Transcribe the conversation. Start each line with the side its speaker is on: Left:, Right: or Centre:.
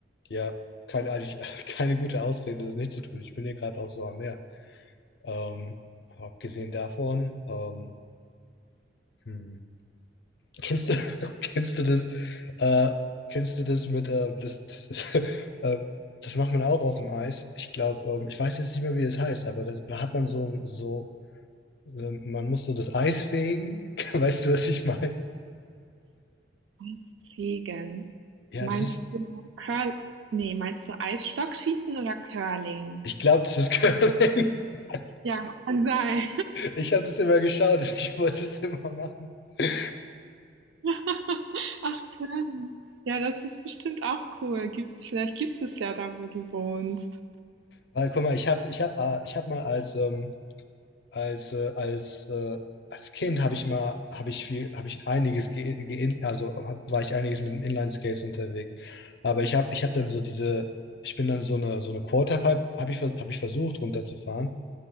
Left: ja, keine, eigentlich, <laughs> keine gute Ausrede, das nicht zu tun. Ich bin hier gerade auch so am Meer. Ähm, aber abgesehen davon, ähm, hm. Kennst du, <laughs> kennst du das, äh, kennst du das mit, äh, das, das ist, <laughs> äh, das macht man auch auf dem Eis. Ich glaube, ähm, ich weiß jetzt nicht mehr, wie das heißt, aber das, da hat man so, so äh, man muss so das Eis fegen. <laughs> Weißt du, was ich meine?
Right: Eisfegen.
Left: Ja,
Right: Meinst
Left: das ist,
Right: du Curl? Nee, meinst du Eisstockschießen oder Curling?
Left: ich glaube, das ist Curling. <laughs>
Right: Ja, kann sein.
Left: Ich habe das immer geschaut. <laughs> Ich wollte es immer machen. <laughs>
Right: <laughs> Curling. Ja, das ist bestimmt auch cool. Gibt's, vielleicht gibt es es ja da, wo du wohnst.
Left: Weil, guck mal, ich habe ich hab, äh, ich hab mal als, ähm, als, äh, als, äh, als Kind habe ich mal, habe ich viel, habe ich einiges, ge ge also hab- war ich einiges mit dem Inline-Skates unterwegs. Aber ich habe ich hab dann so diese, ich bin dann so eine, so eine Quarterpipe, habe ich, ver- hab ich versucht runterzufahren.